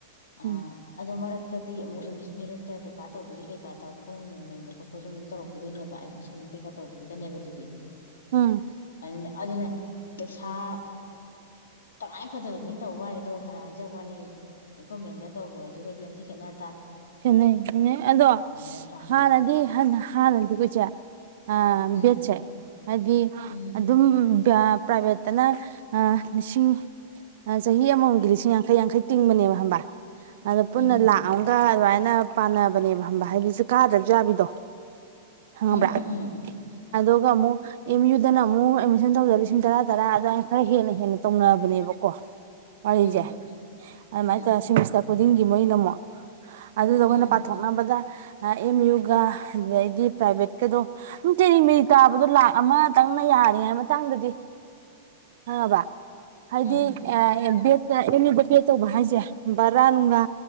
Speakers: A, on the left; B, on the right.
A: ꯑꯥ
B: ꯎꯝ
A: ꯑꯗꯨ ꯃꯔꯛ ꯇꯗꯤ ꯑꯃꯨꯛ ꯑꯦꯝꯃꯤꯁ ꯃꯦꯔꯤꯦꯛꯇ ꯄꯩꯈ ꯇꯧꯕꯒꯤ ꯀꯩꯀꯥ ꯐꯣꯝ ꯅꯨꯡ ꯌꯦꯡꯕ ꯈꯣꯠꯄꯁꯨ ꯑꯃꯨꯛ ꯇꯧꯔꯛꯈꯤꯗꯣꯏꯅꯦꯕ ꯑꯦꯠꯃꯤꯁꯟ ꯀꯩꯀꯥ ꯇꯧꯕꯒꯤꯗꯅꯦꯕ ꯑꯗꯨꯗꯤ
B: ꯑꯝ
A: ꯑꯗꯨꯅ ꯑꯗꯨꯅ ꯄꯩꯁꯥ ꯇ꯭ꯔꯥꯏ ꯐꯗꯕ ꯃꯤꯅ ꯇꯧꯋꯅꯤ ꯑꯗꯣ ꯐꯅ ꯍꯥꯏꯖ ꯋꯥꯅꯤ ꯑ ꯒꯣꯃꯦꯟꯗ ꯇꯧꯕꯗꯨꯒꯗꯤ ꯌꯥꯝꯊꯤ ꯆꯦꯠꯅ
B: ꯈꯦꯠꯅꯩꯩ ꯑꯗꯣ
A: ꯅꯠꯇ꯭ꯔꯥ
B: ꯍꯥꯟꯅꯗꯤ ꯍꯟ ꯍꯥꯟꯅꯗꯤ ꯀꯣ ꯏꯆꯦ ꯑ
A: ꯎꯝ
B: ꯕꯦꯠꯁꯦ ꯍꯥꯏꯗꯤ
A: ꯎꯝ
B: ꯑꯗꯨꯝ ꯄ꯭ꯔ ꯄꯔꯥꯏꯕꯦꯠꯇꯅ ꯂꯤꯁꯤꯡ ꯆꯍꯤ ꯑꯃꯃꯝꯒꯤ ꯂꯤꯁꯤꯡ ꯌꯥꯡ ꯌꯥꯡꯈꯩ ꯌꯥꯡꯈꯩ ꯇꯤꯡꯕꯅꯦꯕ ꯍꯕꯥ ꯑꯗꯣ ꯄꯨꯟꯅ
A: ꯎꯝ
B: ꯂꯥꯛ ꯑꯃꯒ ꯑꯗꯨꯃꯥꯏꯅ ꯄꯥꯅꯕꯅꯦꯕ ꯍꯝꯕ ꯍꯥꯏꯗꯤ ꯆꯨ ꯀꯥꯗ꯭ꯔꯁꯨ ꯌꯥꯕꯤꯗꯣ ꯈꯪꯉꯕ꯭ꯔꯥ
A: ꯎꯝ ꯎꯝ ꯎꯝ
B: ꯑꯗꯨꯒ ꯑꯃꯨꯛ ꯑꯦꯝ ꯌꯨꯗꯅ ꯑꯃꯨꯛ ꯑꯦꯗꯃꯤꯁꯟ ꯇꯧꯗ ꯂꯤꯁꯤꯡ ꯇꯔꯥ ꯇꯔꯥ ꯑꯗꯨꯋꯥꯏ ꯈꯔ ꯍꯦꯟꯅ ꯍꯦꯟꯅ ꯇꯧꯅꯔꯕꯅꯦꯕꯀꯣ ꯋꯥꯔꯤꯖꯦ
A: ꯎꯝ
B: ꯑꯃꯥꯏ
A: ꯎꯝ
B: ꯇꯧꯔ ꯁꯤꯃꯤꯁꯇꯔ ꯄꯨꯗꯤꯡꯒꯤ ꯃꯣꯏꯅꯃꯣ ꯑꯗꯨꯗꯣ
A: ꯎꯝ
B: ꯑꯈꯣꯏꯅ ꯄꯥꯠꯊꯣꯛ ꯅꯕꯗ ꯑꯦꯝ ꯌꯨꯒ ꯑꯗꯩꯗꯤ ꯄ꯭ꯔꯥꯏꯚꯦꯠꯀꯗꯣ ꯑꯗꯨꯝ ꯇꯦꯔꯤ ꯃꯦꯔꯤ ꯇꯥꯕꯗꯣ ꯂꯥꯛ ꯑꯃꯇꯪꯅ ꯌꯥꯔꯤꯉꯥꯏ ꯃꯇꯥꯡꯗꯗꯤ ꯈꯪꯉꯕ ꯍꯥꯏꯗꯤ
A: ꯎꯝ ꯎꯝ
B: ꯑ <unintelligible> ꯗ ꯑꯦꯡ ꯌꯨ ꯗ ꯕꯦꯗ ꯇꯧꯕ ꯍꯥꯏꯁꯦ ꯕꯔꯥ ꯅꯨꯡꯔꯥ